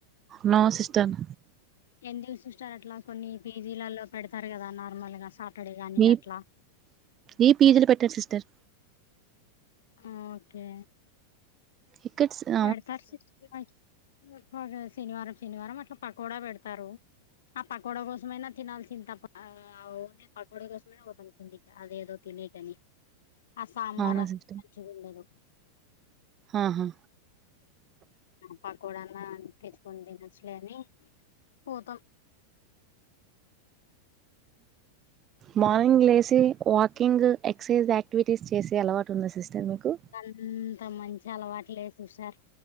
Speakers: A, on the right; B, on the left.
A: నో సిస్టన్
B: ఎందుగ్ సిస్టార్ అట్లా కొన్ని పీజీలల్లో పెడతారు గదా నార్మల్ గా సాటర్డే గాని
A: మీ
B: అట్లా
A: ఈ పీజీలు పెట్టార్ సిస్టర్
B: ఆ ఓకే
A: ఇక్కట్స్ గ
B: పెడతారు <unintelligible> శనివారం శనివారం అట్లా పకోడా వెడ్తారు ఆ పకోడా కోసమైనా తినాల్సింద్ తప్ప అవ్ పకోడా కోసమైనా పోతన్ కిందిక్ అదేదో తెలిటని ఆ సాంబార్
A: అవునా
B: అస్
A: సిస్టర్
B: మంచిగుండదు
A: ఆహా
B: పకోడాన్న తెచ్కొన్ దినోచ్చులే అని పోతం
A: మార్నింగ్ లేసి వాకింగ్ ఎక్సైజ్ ఆక్టివిటీస్ చేసే అలవాటుందా సిస్టర్ మీకు
B: ఇంత మంచి అలవాట్లేద్ సిస్టర్